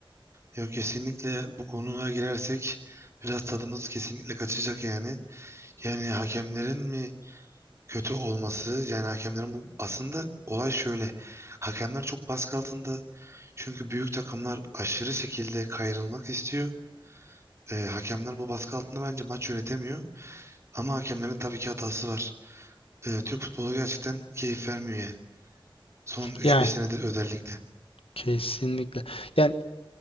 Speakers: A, on the right (about 30°); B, on the left (about 85°).
A: Yok kesinlikle bu konuya girersek biraz tadımız kesinlikle kaçacak yani. Yani hakemlerin mi kötü olması yani hakemlerin bu aslında olay şöyle. Hakemler çok baskı altında. Çünkü büyük takımlar aşırı şekilde kayrılmak istiyor. Ee, hakemler bu baskı altında bence maç yönetemiyor. Ama hakemlerin tabii ki hatası var. Ee, Türk futbolu gerçekten keyif vermiyor yani. Son üç
B: Yani
A: beş senedir özellikle.
B: Kesinlikle. Yani